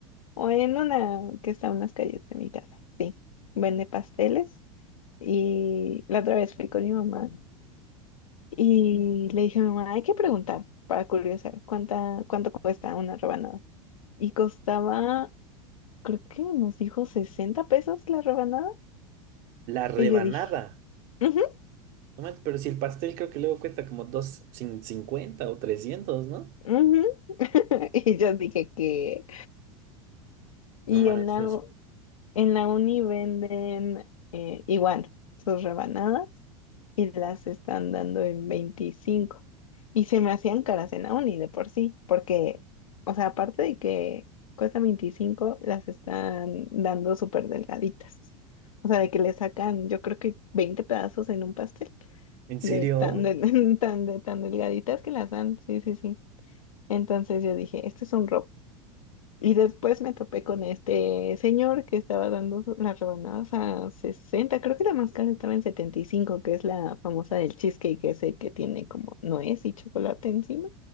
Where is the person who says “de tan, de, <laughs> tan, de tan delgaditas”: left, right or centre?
Left